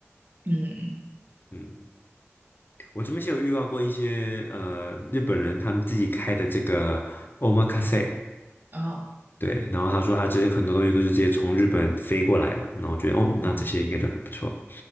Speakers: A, on the right; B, on the left.
A: 嗯，
B: 嗯，我这边是有遇到过一些呃日本人他们自己开的这个 omakase。
A: 哦
B: 对，然后他说他这些很多东西都是直接从日本飞过来的，那我觉得哦，
A: 哦。
B: 那这些应该都还不错。